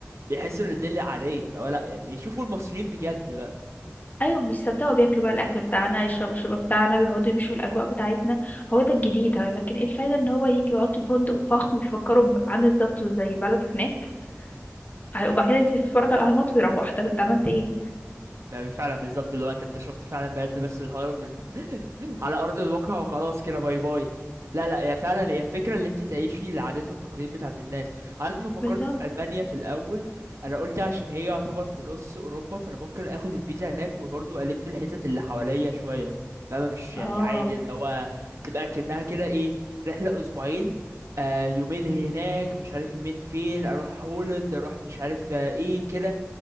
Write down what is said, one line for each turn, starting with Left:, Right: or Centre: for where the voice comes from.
Right: بيحسوا ان الدنيا عاديه لو لا يعني بيشوفوا المصريين بجد بقى
Left: أيوه بيستمتعوا بياكلوا بقى الأكل بتاعنا، يشربوا الشرب بتاعنا، بيقعدوا يمشوا الأجواء بتاعتنا، هو ده الجديد، لكن إيه الفايدة إن هو ييجي يقعد في فندق فخم بيفكّروا ب عامل بالضبط زي بلده هناك، ه وبعد كده ينزل يتفرّج على الأهرامات ويروّح، طَب أنت عملت إيه؟
Right: ما- فعلا بالظبط اللي هو انت انت شفت فعلا بجد بس الهرم على ارض الواقع وخلاص كده باي باي لا لا هي فعلا هي الفكره اللي انت تعيشي العادات والتقاليد بتاعت الناس انا لما فكرت
Left: بالضبط،
Right: في المانيا في الاول انا قلت عشان هي يعتبر في نص اوروبا فانا ممكن اخد الفيزا هناك وبرضه الف الحتت اللي حواليا شويه فاهمه مش يعني
Left: آه.
Right: عادي اللي هو تبقى كأنها كده ايه رحله اسبوعين آه يومين هناك مش عارف يومين فين اروح هولند اروح مش عارف آه ايه كده